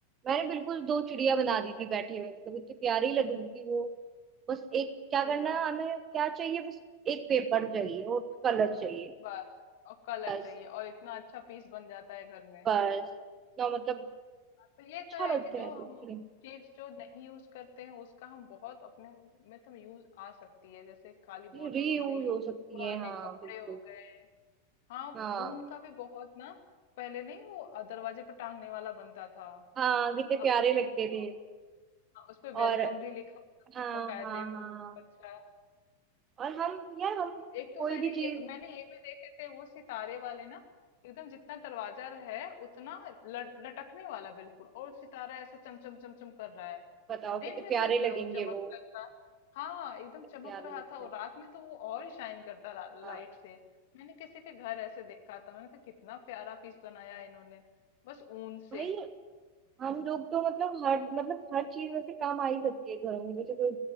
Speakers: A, on the right; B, on the left.
A: मैंने बिल्कुल दो चिड़िया बना दी थी बैठे हुए मतलब इतनी प्यारी लग रही थी वो बस एक क्या
B: अरे
A: करना
B: वाह
A: है हमें क्या चाहिए बस एक पेपर चाहिए और कलर चाहिए
B: बस और कलर
A: बस
B: चाहिए और इतना अच्छा पीस बन जाता है घर में
A: बस ना मतलब
B: हाँ, तो ये
A: अच्छा
B: तो है
A: लगता
B: कि जो
A: है देख
B: हम
A: के
B: चीज जो नहीं यूज करते हैं उसका हम बहुत अपने में तो यूज आ सकती है जैसे काली बॉटल
A: रीयूज
B: हो गई
A: हो सकती
B: पुराने
A: है हाँ
B: कपड़े
A: बिल्कुल
B: हो गए हाँ
A: हाँ
B: वो ऊन का भी बहुत ना पहले नहीं वो अ, दरवाजे पे टांगने वाला बनता था
A: हाँ कितने
B: आपको
A: प्यारे
B: याद
A: लगते
B: है
A: थे
B: वो? हाँ, उस पे
A: और
B: वेलकम भी लिखा होता
A: हाँ
B: था बकायदे
A: हाँ
B: एकदम
A: हाँ
B: अच्छा
A: और हम यार हम
B: एक तो
A: कोई
B: मैंने
A: भी
B: ये
A: चीज
B: मैंने ये भी देखे थे वो सितारे वाले ना एकदम जितना दरवाजा है उतना ल- लटकने वाला बिल्कुल और सितारा ऐसे चमचम चमचम कर रहा है
A: बताओ कितने
B: दिन में
A: प्यारे
B: तो इतना
A: लगेंगे
B: वो चमकता
A: वो
B: था हाँ एकदम
A: कितने
B: चमक
A: प्यारे
B: रहा
A: लगते
B: था और
A: हैं
B: रात में तो वो और ही शाइन करता ला, लाइट
A: हाँ
B: से मैंने किसी के घर ऐसे देखा था मैंने कहा कितना प्यारा पीस बनाया है इन्होंने बस ऊन से
A: भाई हम लोग तो मतलब हर मतलब हर चीज वैसे काम आ ही सकती है घरों में जैसे कोई